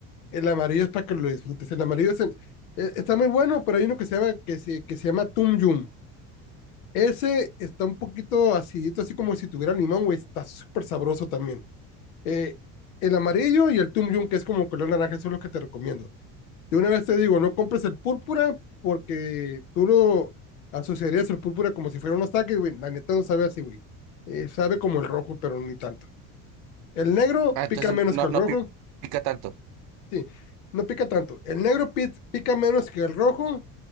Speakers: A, on the left; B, on the right.
A: El amarillo es para que lo disfrutes. El amarillo es en- eh, está muy bueno, pero hay uno que se llama, que se, que se llama Tum Yum. Ese está un poquito acidito, así como si tuviera limón, güey. Está súper sabroso también. Eh, el amarillo y el Tum Yum, que es como color naranja, eso es lo que te recomiendo. De una vez te digo, no compres el púrpura porque tú lo asociarías el púrpura como si fuera unos taques, güey. La neta no sabe así, güey. Eh, sabe como el rojo, pero ni tanto. El negro
B: Ah, entonces
A: pica menos
B: no,
A: que el
B: no
A: rojo.
B: pi- pica tanto.
A: Sí, no pica tanto. El negro pit, pica menos que el rojo,